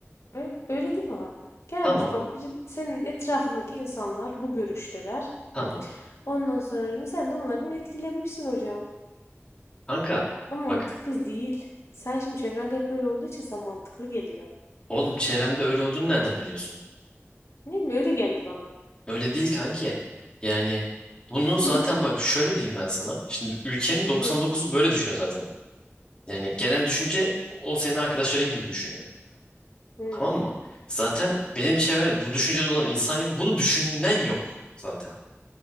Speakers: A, on the left (about 70°); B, on the left (about 20°).
A: Öyle, öyle değil mi abi? Gelmiş
B: Tamam.
A: bak bir, senin etrafındaki insanlar bu görüşteler.
B: Tamam.
A: Ondan sonra mı sen de onlardan etkilenmişsin hocam.
B: Kanka
A: Ama mantıklı
B: bak
A: değil. Sen şimdi çevrende hep öyle olduğu için sana mantıklı geliyor.
B: oğlum çevremde öyle olduğunu nereden biliyorsun?
A: Ne mi öyle geldi bana.
B: Öyle değil kanki. Yani bunu
A: <laughs>
B: zaten bak şöyle diyeyim ben sana. Şimdi ülkenin 99'u
A: Hı,
B: böyle düşünüyor zaten. Yani genel düşünce o senin arkadaşların gibi düşünüyor.
A: hı,
B: Tamam mı? Zaten benim çevremde bu düşüncede olan insan yok. Bunu düşünen yok zaten.